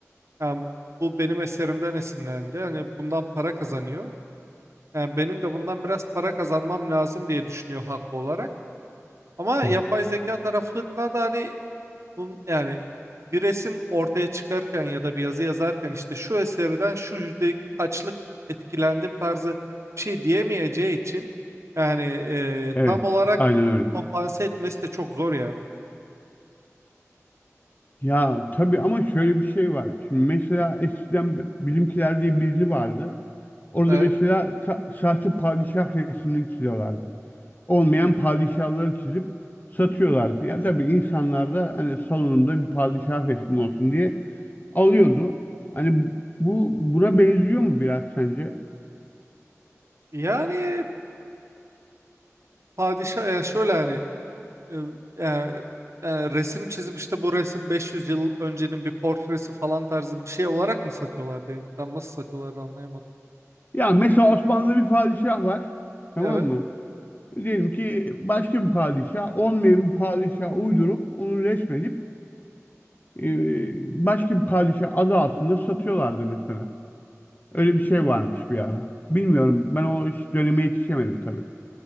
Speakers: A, on the right (about 60°); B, on the left (about 35°).
A: yani bu benim eserimden esinlendi hani bundan para kazanıyor. Yani benim de bundan biraz para kazanmam lazım diye düşünüyor haklı olarak. Ama
B: Evet,
A: yapay zeka tarafında da hani bunun, yani bir resim ortaya çıkarken ya da bir yazı yazarken işte şu eserden şu yüzde kaçlık etkilendim tarzı bir şey diyemeyeceği için yani e,
B: evet,
A: tam olarak
B: aynen öyle.
A: kompanse etmesi de çok zor yani.
B: Ya tabii ama şöyle bir şey var. Şimdi mesela eskiden b- Bizimkiler diye bir dizi vardı. Orada
A: Evet.
B: mesela sa sahte padişah resmini çiziyorlardı. Olmayan padişahları çizip satıyorlardı. Ya tabii insanlar da hani salonunda bir padişah resmi olsun diye alıyordu. Hani bu buna benziyor mu biraz sence?
A: Yani padişah yani şöyle hani e, yani, yani resim çizip işte bu resim 500 yıl öncenin bir portresi falan tarzı bir şey olarak mı satıyorlardı yani tam nasıl satıyorlardı anlayamadım.
B: Ya mesela Osmanlı'da bir padişah var. Tamam
A: Evet.
B: mı? Diyelim ki başka bir padişah, olmayan bir padişah uydurup onu resmedip e, başka bir padişah adı altında satıyorlardı mesela. Öyle bir şey varmış bir ara. Bilmiyorum. Ben o iş- döneme yetişemedim tabii.